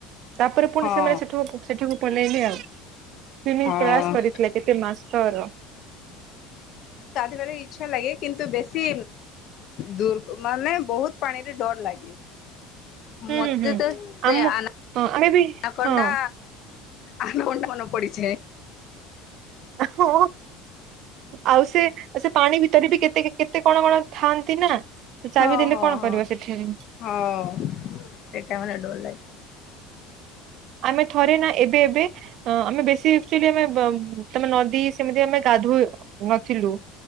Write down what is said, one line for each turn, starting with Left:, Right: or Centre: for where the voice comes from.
Right: ତାପରେ ପୁଣି
Left: ହଁ
Right: ସେମାନେ ସେଠୁ ସେଠିକୁ ପଲେଇଲେ ଆଉ ସ୍ଵିମିଂ
Left: ହଁ
Right: କ୍ଲାସ କରିଥିଲା କେତେ ମାସର।
Left: ଵେଲେ ଇଚ୍ଛା ଲାଗେ କିନ୍ତ ବେଶୀ ଦୂ ମାନେ ବହୁତ ପାଣିରେ ଡର ଲାଗେ।
Right: ହୁଁ
Left: ମୋତେ
Right: ହୁଁ ହୁଁ
Left: ତ ସେ
Right: ଆମ
Left: ଆ
Right: ହଁ ଆମେ ବି
Left: ଆ କଣ୍ଡା
Right: ହଁ
Left: ଆ କଟା ମନ ପଡିଛେ
Right: ହଁ ଆଉ ସେ ସେ ପାଣି ଭିତରେ ବି କେତେ କେତେ କଣ କଣ ଥାଆନ୍ତି ନା। ତ ଚାବି
Left: ହଁ
Right: ଦେଲେ
Left: ହଁ
Right: କଣ
Left: ହଁ
Right: କରିବ ସେଠି
Left: ହଁ ସେଟ ମ ଡଲ ଲ
Right: ଆମେ ଥରେ ନା ଏବେ ଏବେ ଆମେ ବେଶୀ ଆକଚୁଆଲି ତମେ ନଦୀ ସେମିତି ଆମେ ଗାଧୋଇ ନଥିଲୁ